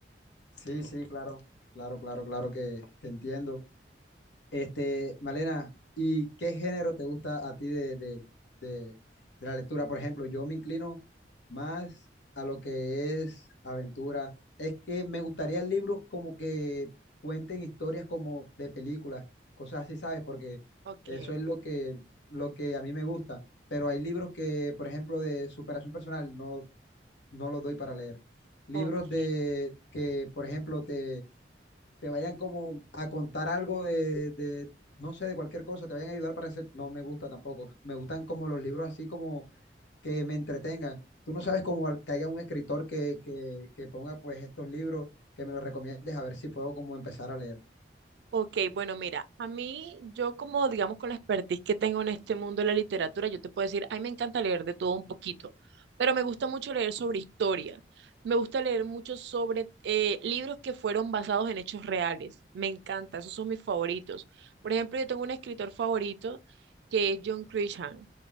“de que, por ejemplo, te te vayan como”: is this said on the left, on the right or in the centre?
Left